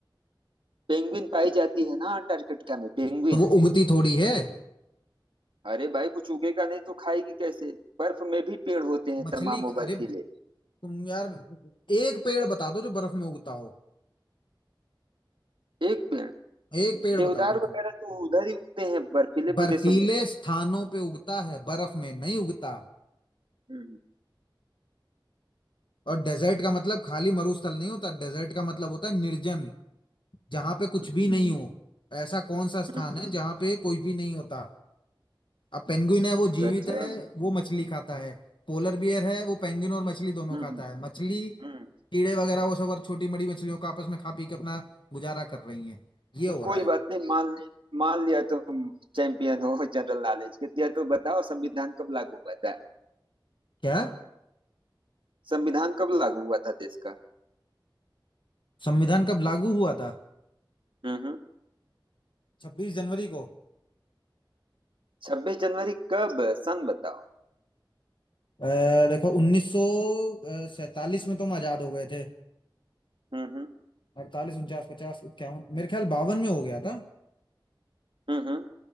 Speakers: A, on the right; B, on the left.
A: पेंगुइन पाई जाती है ना अंटार्कटिका में पेंगुइन
B: तो वो उगती थोड़ी है
A: अरे भाई कुछ उगेगा नहीं तो खाएगी कैसे बर्फ में भी पेड़ होते हैं
B: मछली
A: तमामों
B: का-
A: बर्फीले
B: अरे तुम यार एक पेड़ बता दो जो बर्फ में उगता हो
A: एक पेड़
B: एक पेड़
A: देवदार
B: बता दो
A: वगैरह
B: तुम
A: तो उधर ही उगते हैं बर्फीले
B: बर्फीले
A: प्रदेशों में भी
B: स्थानों पे उगता है बर्फ में नहीं उगता
A: हम्म
B: और डेजर्ट का मतलब खाली मरुस्थल नहीं होता डेजर्ट का मतलब होता है निर्जन जहां पे कुछ
A: हम्म
B: भी नहीं हो ऐसा कौन सा स्थान
A: हम्म,
B: है जहां पे कोई भी नहीं होता अब पेंगुइन है वो जीवित
A: गजब
B: है वो मछली खाता है पोलर बियर है वो पेंगुइन और मछली दोनों
A: हम्म
B: खाता है मछली
A: हम्म
B: कीड़े वगैरह वो सब और छोटी बड़ी मछलियों को आपस में खा पी के अपना गुजारा कर रही है ये
A: तो
B: हो
A: कोई
B: रहा है
A: बात नहीं मान ले मान लिया तुम चैंपियन हो जनरल नॉलेज के तो या तो बताओ संविधान कब लागू हुआ था
B: क्या
A: संविधान कब लागू हुआ था देश का
B: संविधान कब लागू हुआ था
A: हम्म हम्म
B: छब्बीस जनवरी को
A: छब्बीस जनवरी कब सन बताओ
B: अ, देखो उन्नीस सौ सैतालीस में तो हम आजाद हो गए थे
A: हम्म
B: अड़तालीस उनचास पचास इक्यावन मेरे ख्याल बावन में हो गया था
A: हम्म हम्म।